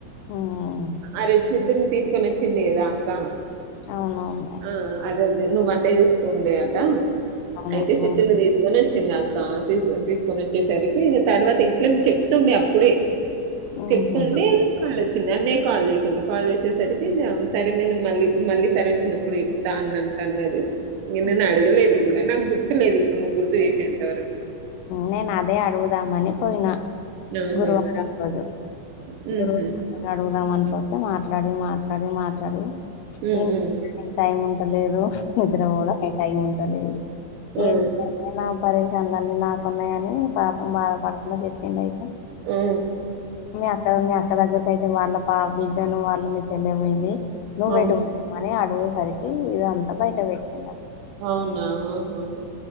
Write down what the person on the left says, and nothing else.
ఉమ్,
అవునవును
అవును
ఉమ్,
ఉమ్,
ఉమ్.
నేను అదే అడుగుదామని పోయిన
గురువారం రోజు
గురువ అడుగుధాం అనుకు మాట్లాడి మాట్లాడి మాట్లాడి
తినే
టైం ఉంటలేదు నిద్ర కూడా టైం ఉంటలేదు
ఏంది
నా పరేషాన్ అన్నీ నాకున్నాయ అని పాపం బాధ పడకుండా చెప్పింది అయితే
అక్కడ మీ అక్క దగ్గరకు అయితే వాళ్ళ పా బిడ్డాను ను వాళ్ళ మీ చెల్లే పోయింది. నువ్వు
పెట్టుకున్నావని అడగేసరికి ఇదంతా బయట పెట్టిండు అప్పుడు